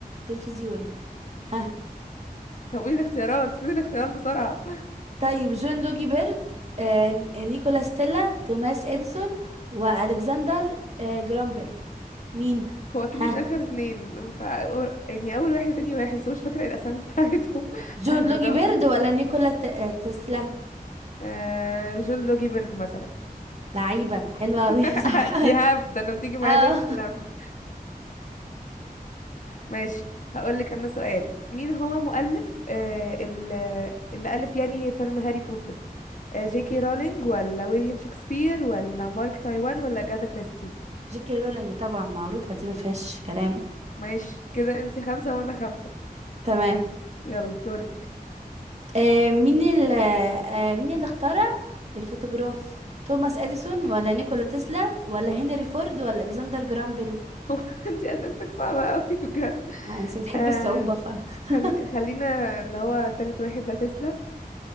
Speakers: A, on the right (about 45°); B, on the left (about 55°).
A: تلفزيون ها
B: طب قولي الاختيارات فين الاختيارات بسرعة
A: طيب جون لوجي بيرد آه نيكولا ستيلا توماس اديسون والكسندر آه جرامبل مين
B: هو اكيد
A: ها
B: مش اخر اتنين ف يعني اول واحد تاني واحد بس أنا مش فاكرة إيه الاسامي بتاعتهم <laughs>
A: جون
B: ههبد
A: لوجي
B: بقى
A: بيرد
B: وخلاص
A: ولا نيكولا ت- آه، تسلا
B: آه... جون لوجي بيرد مثلا
A: لعيبة حلوة أوي
B: <laughs>
A: <laughs> صح
B: دي هبد ده انا بتيجي معايا
A: اه
B: دايما في الهبد ماشي هقولك انا سؤال مين هو مؤلف آه ال- اللي ألف يعني فيلم هاري بوتر آه جي كي رولينج ولا ويليام شكسبير ولا مارك تايوان ولا أجاثا كريستي
A: جيكي رولينج طبعا معروفة دي ما فيهاش كلام
B: ماشي كده انتي خمسة وانا خمسة
A: تمام
B: يلا دورك
A: آه مين اللي آه آه، مين اللي اخترع الفوتوغراف توماس اديسون ولا نيكولا تسلا ولا هنري فورد ولا الكسندر جرام بيل
B: <laughs> هو انتي اسئلتك صعبة اوي بجد
A: آه، انت بتحبي
B: آه
A: الصعوبة ف <laughs>
B: خل... خلينا اللي هو تالت واحد ده تسلا